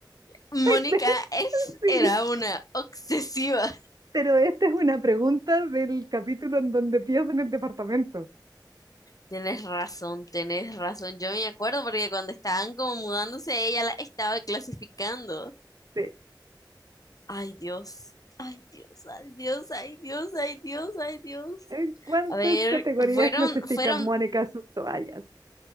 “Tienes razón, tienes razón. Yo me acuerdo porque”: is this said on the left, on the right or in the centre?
Left